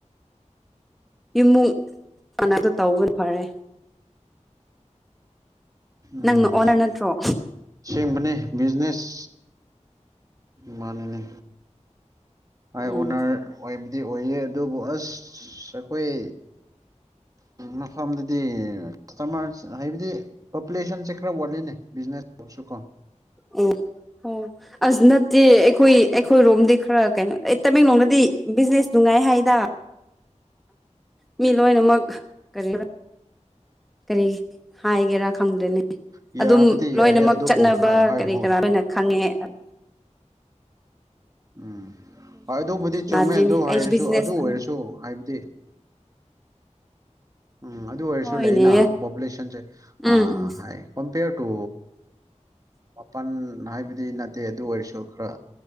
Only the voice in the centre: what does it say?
ꯏꯃꯨꯡ ꯀꯅꯛꯇꯣ ꯇꯧꯕꯅ ꯐꯔꯦ
ꯅꯪꯅ ꯑꯣꯅꯔ ꯅꯠꯇ꯭ꯔꯣ
ꯎꯝ
ꯑꯣ ꯍꯣꯏ ꯑꯁ ꯅꯠꯇꯦ ꯑꯩꯈꯣꯏ ꯑꯩꯈꯣꯏꯔꯣꯝꯗꯤ ꯈꯔ ꯀꯩꯅꯣ ꯑꯩ ꯇꯃꯦꯡꯂꯣꯡꯗꯗꯤ ꯕꯤꯖꯤꯅꯦꯁ ꯅꯨꯡꯉꯥꯏ ꯍꯥꯏꯗ ꯃꯤ ꯂꯣꯏꯅꯃꯛ ꯀꯔꯤ ꯀꯔꯤ ꯍꯥꯏꯒꯦꯔꯥ ꯈꯪꯗ꯭ꯔꯦꯅꯦ
ꯑꯗꯨꯝ ꯂꯣꯏꯅꯃꯛ
ꯆꯠꯅꯕ
ꯀꯔꯤ
ꯀꯔꯥ ꯂꯣꯏꯅ ꯈꯪꯉꯦ ꯑꯝ
ꯌꯥꯗ꯭ꯔꯤꯅꯦ
ꯑꯩꯁꯨ
ꯕꯤꯖꯤꯅꯦꯁ
ꯍꯣꯏꯅꯦ
ꯎꯝ ꯎꯝ